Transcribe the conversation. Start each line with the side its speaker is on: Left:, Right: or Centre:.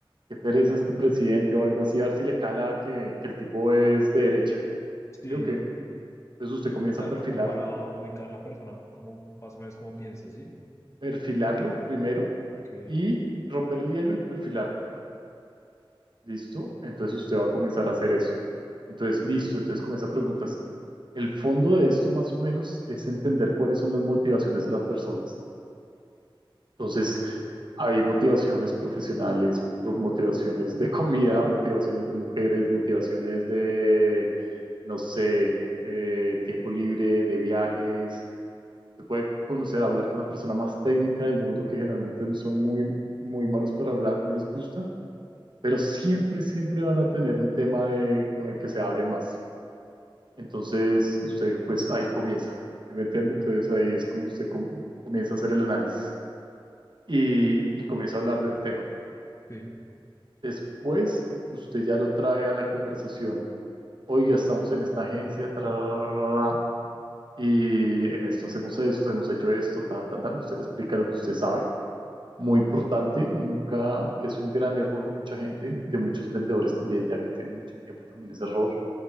Right: qué pereza este presidente o algo así, a ver si le cala que, que el tipo es de derecha.
Left: sí.
Right: Digo que, entonces usted comienza
Left: O sea,
Right: a perfilarlo,
Left: como para ubicar la persona, como más o menos como piensa, ¿sí?
Right: perfilarlo primero
Left: Ok,
Right: y romper el hielo y perfilarlo. ¿Listo? Entonces usted va a comenzar a hacer eso. Entonces, listo. Entonces comienza a preguntas. El fondo de esto, más o menos, es entender cuáles son las motivaciones de las personas. Entonces,
Left: ok,
Right: hay motivaciones profesionales, pro- motivaciones de comida, <laughs> motivaciones de mujeres, motivaciones de, no sé, eh, tiempo libre, de viajes. Se puede conocer, hablar con la persona más técnica del mundo que generalmente son muy, muy malos para hablar, no les gusta pero siempre, siempre van a tener un tema de, con el que se abren más. Entonces, usted pues ahí comienza, ¿sí ¿me entiende? Entonces ahí es como usted com- comienza a hacer el análisis y, y comienza a hablar del tema.
Left: sí.
Right: Después, usted ya lo trae a la conversación. Oiga, estamos en esta agencia, tra, ra, ra, ra, y en esto hacemos esto, hemos hecho esto, tan, tan, tan. Usted le explica lo que usted sabe. Muy importante, nunca, que es un gran error de mucha gente, de muchos vendedores también, ya que tienen mucho tiempo también ese error,